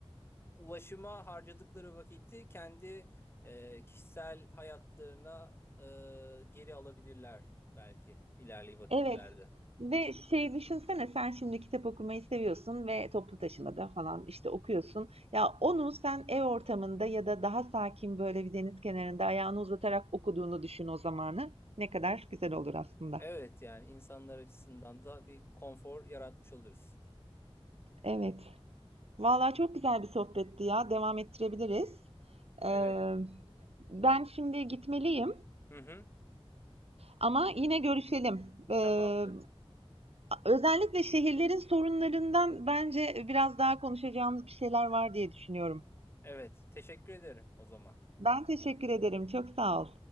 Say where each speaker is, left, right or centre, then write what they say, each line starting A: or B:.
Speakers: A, on the left; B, on the right.
A: ulaşıma harcadıkları vakiti kendi e, kişisel hayatlarına e, geri alabilirler belki ilerli vakitlerde.
B: Evet ve şey düşünsene sen şimdi kitap okumayı seviyorsun ve toplu taşımada falan, işte, okuyorsun. Ya, onu sen ev ortamında ya da daha sakin, böyle, bir deniz kenarında ayağını uzatarak okuduğunu düşün o zamanı. Ne kadar güzel olur aslında.
A: Evet yani insanlar açısından da bir konfor yaratmış oluruz.
B: Evet. Vallahi çok güzel bir sohbetti ya. Devam ettirebiliriz.
A: Evet.
B: Ee, ben şimdi gitmeliyim
A: Hı hı.
B: ama yine görüşelim. Ee,
A: Tamamdır.
B: özellikle şehirlerin sorunlarından bence biraz daha konuşacağımız bir şeyler var diye düşünüyorum.
A: Evet. Teşekkür ederim o zaman.
B: Ben teşekkür ederim. Çok sağ ol.